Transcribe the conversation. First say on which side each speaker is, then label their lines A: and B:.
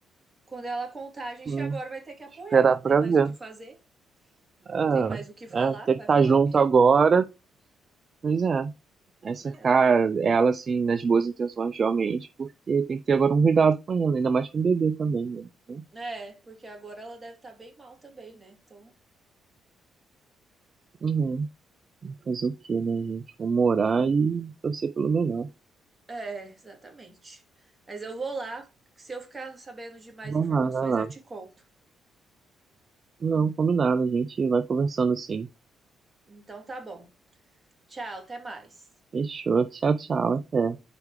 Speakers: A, on the right; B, on the right.
A: Quando ela contar, a gente
B: Hum,
A: agora vai ter que apoiar,
B: esperar
A: não tem
B: pra
A: mais
B: ver.
A: o que fazer,
B: Ah,
A: não tem mais o que falar,
B: é, ter
A: vai
B: que estar
A: falar
B: junto
A: o quê?
B: agora. Pois é, é cercar
A: Né?
B: ela, assim, nas boas intenções, realmente, porque tem que ter agora um cuidado com ela, ainda mais com o bebê também, né? Então,
A: É, porque agora ela deve estar bem mal também, né? Então,
B: uhum. Fazer o quê, né, gente? Vamos morar e torcer pelo melhor.
A: é, exatamente. Mas eu vou lá, se eu ficar sabendo de mais
B: Vamos
A: informações,
B: lá, vai lá.
A: eu te conto.
B: Não, combinado, a gente vai conversando sim.
A: Então tá bom. Tchau, até mais.
B: Fechou, tchau, tchau, até.